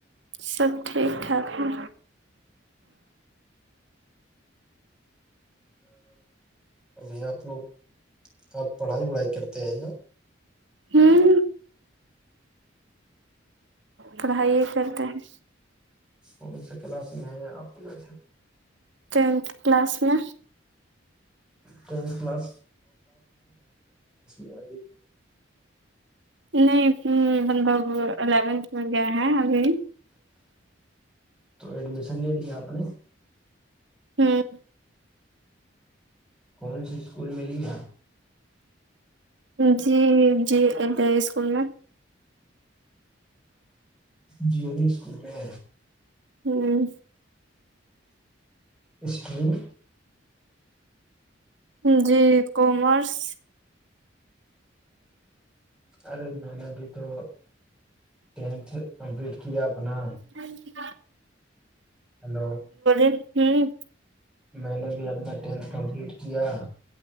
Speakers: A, on the right (about 70°); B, in the centre.
A: سب ٹھیک ٹھاک ہے
B: ابھی آپ لوگ آپ پڑھائی وڑھائی کرتے ہیں
A: ہوں پڑھائی کرتے ہیں
B: کون سے کلاس میں ہے آپ ویسے
A: ٹینت کلاس میں
B: ٹینت کلاس <inaudible>
A: نہیں مطلب الیونتھ میں گئے ہیں ابھی
B: تو ایڈمیشن لے لیا آپ نے
A: ہوں
B: کون سی اسکول میں لیا
A: جی جی ادھر ہی اسکول میں
B: جیلی اسکول میں
A: ہوں
B: سٹریم
A: جی کومرس
B: ارے میں نے بھی تو ٹینتھ کمپلیٹ کیا اپنا
A: ہاں جی <inaudible>
B: ہلو
A: ہ
B: میں نے بھی اپنا ٹینھ کمپلیٹ کیا